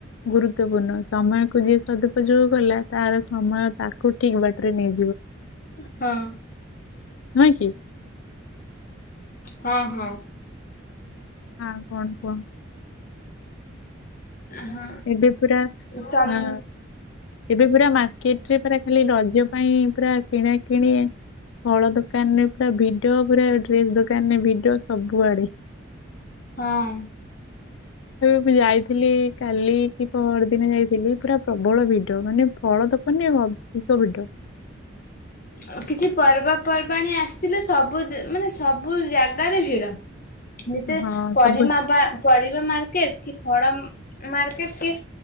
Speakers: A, on the left; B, on the left.
A: ଗୁରୁତ୍ୱପୂର୍ଣ୍ଣ ସମୟକୁ ଯିଏ ସଦୁପଯୋଗ କଲା ତାର ସମୟ ତାକୁ ଠିକ ବାଟରେ ନେଇ
B: <inaudible> ହଁ।
A: ନାଁ କି?
B: ହଁ ହଁ।
A: ଆଉ କଣ କୁହ।
B: ହଁ।
A: ଏବେ ପୁରା
B: ଚମ୍
A: ଆଁ ଏବେ ପୁରା ମାର୍କେଟରେ ପରା ଖାଲି ରଜ ପାଇଁ ପୁରା କିଣା କିଣି ଫଳ ଦୋକାନରେ ପୁରା ଭିଡ଼ ପୁରା ଡ୍ରେସ ଦୋକାନରେ ଭିଡ଼ ସବୁଆଡ଼େ
B: ହଁ
A: ଏବେ ମୁଁ ଯାଇଥିଲି କାଲି କି ପହର ଦିନ ଯାଇଥିଲି ପୁରା ପ୍ରବଳ ଭିଡ଼ ମାନେ ଫଳ ଦୋକାନେ ଅଧିକ ଭିଡ଼।
B: ଅ କିଛି ପର୍ବପର୍ବାଣି ଆସ୍ ଥିଲେ ସବୁ ମାନେ ସବୁ ଜାଗାରେ ଭିଡ ଯେତେ
A: ହଁ
B: ପରରିମା
A: ସବୁ
B: ବା ପରିବା ମାର୍କେଟ୍ କି ଫଡ଼ ମ ମାର୍କେଟ କି